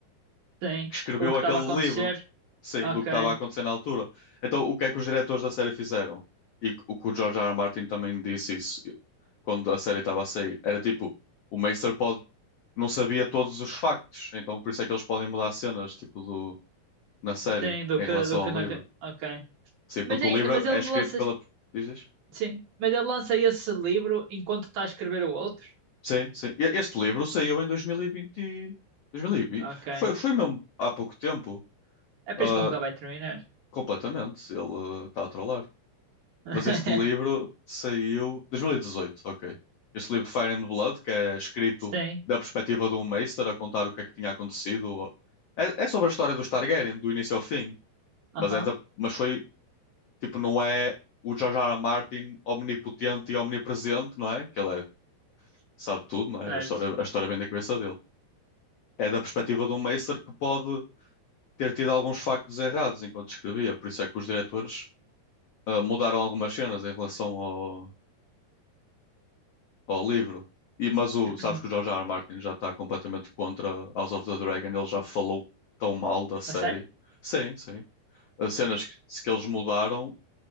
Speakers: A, on the right (about 55°); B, on the left (about 75°).
A: Sim.
B: que escreveu
A: O que
B: aquele
A: estava a acontecer?
B: livro, sim,
A: Ok.
B: do que estava a acontecer na altura. Então, o que é que os diretores da série fizeram? E o que o George R. R. Martin também disse isso quando a série estava a sair. Era tipo, o Meister pode não sabia todos os factos, então por isso é que eles podem mudar cenas tipo do na série
A: Sim, do
B: em
A: que,
B: relação
A: do que
B: ao
A: na...
B: livro.
A: re- Ok.
B: Sim, porque
A: Mas, é-
B: o livro
A: mas ele
B: é escrito
A: lança...
B: pela dizes?
A: Sim. Mas ele lança esse livro enquanto está a escrever o outro?
B: Sim, sim. E- Este livro saiu em dois mil e- vinte e- dois mil e vinte
A: Ok.
B: Foi, foi mesmo há pouco tempo.
A: É por
B: Ah,
A: isso que ele nunca vai terminar.
B: completamente. Ele ah, está a trollar.
A: <laughs>
B: Mas este livro saiu dois mil e dezoito ok. Este livro de Fire and Blood, que é escrito
A: Sim.
B: da perspectiva de um Meister a contar o que é que tinha acontecido. É, é sobre a história dos Targaryen, do início ao fim.
A: Aham.
B: Mas, é da, mas foi, tipo, não é o George R. R. Martin omnipotente e omnipresente, não é? Que ele é- sabe tudo, não é?
A: Certo.
B: A história, a história vem da cabeça dele. é da perspectiva de um Meister que pode ter tido alguns factos errados enquanto escrevia. Por isso é que os diretores ah, mudaram algumas cenas em relação ao, ao livro. E, mas o,
A: <clears throat>
B: sabes que o George R. R. Martin já está completamente contra House of the Dragon, ele já falou tão mal da série.
A: A sério?
B: Sim, sim. As cenas que, que eles mudaram